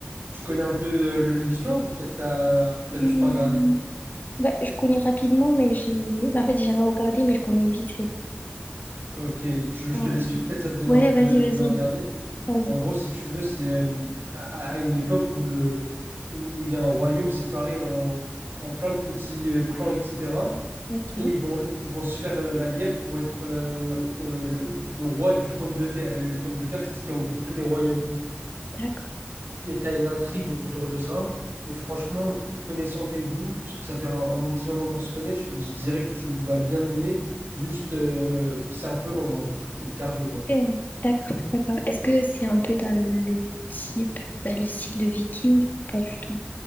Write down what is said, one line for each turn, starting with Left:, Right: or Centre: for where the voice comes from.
Right: Tu connais un peu euh, l'histoire ou peut t'as t'as
Left: Hmm,
Right: juste pas regardé?
Left: bah, je connais rapidement, mais j'ai... bah, en fait, j'ai jamais regardé, mais je connais vite fait. quoi.
Right: Ok, tu veux, je
Left: euh,
Right: te l'explique, peut-être ça te donne
Left: Ouais,
Right: envie de,
Left: vas-y, vas-y,
Right: de regarder.
Left: vas-y.
Right: En gros, si tu veux, c'est euh, à, à- une époque où le où où il y a un royaume séparé en, en plein de petits euh, clans, etc.
Left: Ok,
Right: Et ils vont ils ils vont se faire euh, la guerre pour être euh, euh, le, le roi du trône de fer. Et le trône de fer, c'est ce qui regroupe tous les royaumes.
Left: d'accord.
Right: et t'as une intrigue autour de ça. Et franchement, connaissant tes goûts, puisque ça fait un, un bon petit moment qu'on se connaît, je, je dirais que tu vas bien aimer. Juste, euh, c'est un peu long, donc faut que t'aies le cardio, quoi.
Left: Ok, D'accord, d'accord. Est-ce que c'est un peu dans le type, dans le style de Viking? Pas du tout.